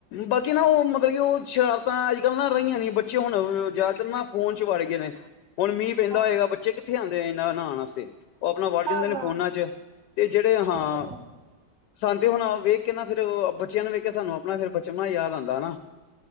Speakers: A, on the left; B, on the right.
A: ਬਾਕੀ ਨਾ ਉਹ ਮਤਲਬ ਕਿ ਉਹ ਸ਼ਰਾਰਤਾਂ ਅੱਜ ਕੱਲ੍ਹ ਨਾ ਰਈਆਂ ਨੀ, ਬੱਚੇ ਹੁਣ ਜ਼ਿਆਦਾਤਰ ਨਾ ਫੋਨ ਚ ਵੜ ਗਏ ਨੇ। ਹੁਣ ਮੀਂਹ ਪੈਂਦਾ
B: ਹਾਂ
A: ਹੋਏਗਾ, ਬੱਚੇ ਕਿੱਥੇ ਆਂਦੇ ਆ ਇਹਨਾਂ ਨਾਣ ਆਸਤੇ। ਉਹ ਆਪਣਾ ਵੜ ਜਾਂਦੇ
B: ਨਾ
A: ਨੇ
B: ਨਾ
A: ਫੋਨਾਂ ਚ, ਤੇ ਜਿਹੜੇ
B: ਉਹ
A: ਹਾਂ
B: ਤਾਂ ਹੈ।
A: ਸਾਨ ਤੇ ਹੁਣ ਵੇਖ ਕੇ ਨਾ ਫ਼ਿਰ ਅ ਬੱਚਿਆਂ ਨੂੰ ਵੇਖ ਕੇ ਸਾਨੂੰ ਆਪਣਾ ਫਿਰ ਬਚਪਣਾ ਯਾਦ ਆਂਦਾ ਨਾ।